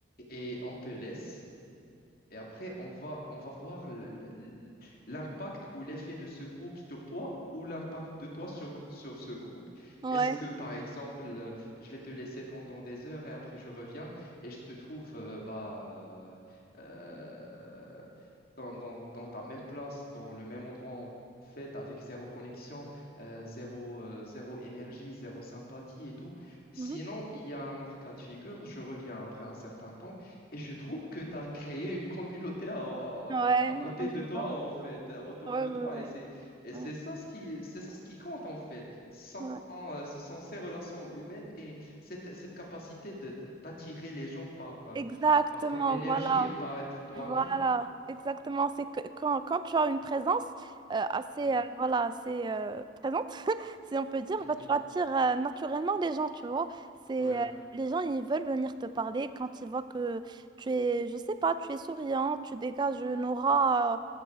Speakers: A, on the left (about 50°); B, on the right (about 25°).
A: et on te laisse et après, on va, on va voir l- l- l- l'impact ou l'effet de ce groupe sur toi ou l'impact de toi sur, sur ce groupe.
B: Ouais.
A: Est-ce que, par exemple, euh, je vais te laisser pendant des heures et après je reviens et je te trouve euh, bah, euh, dans, dans- dans ta même place, dans le même endroit en fait, avec zéro connexion, euh, zéro, euh, zéro énergie, zéro sympathie et tout. Sinon,
B: Mhm.
A: il y a un autre cas de figure, je reviens après un certain temps. Et je trouve que tu as créé une communauté à, à-
B: Ouais,
A: à côté
B: ouais,
A: de
B: je
A: toi,
B: vois.
A: en fait, euh, autour
B: Ouais,
A: de
B: ouais,
A: toi.
B: ouais.
A: Et c'est, et
B: Ouais,
A: c'est ça ce qui, c'est ça ce qui compte, en fait. Sans,
B: ouais.
A: euh, ce sont ces relations humaines et cette, cette capacité de, de- d'attirer les gens par, euh,
B: Exactement,
A: par ton énergie
B: voilà.
A: et par être toi-même.
B: Voilà, exactement. C'est que quand, quand tu as une présence euh, assez,
A: Ouais.
B: euh, voilà, assez euh, présente, <laughs> si on peut dire,
A: Mhm.
B: bah, tu attires euh, naturellement les gens, tu vois. C'est,
A: Ouais.
B: euh, les gens, ils veulent venir te parler quand ils voient que tu es, je sais pas, tu es souriant, tu dégages une aura euh,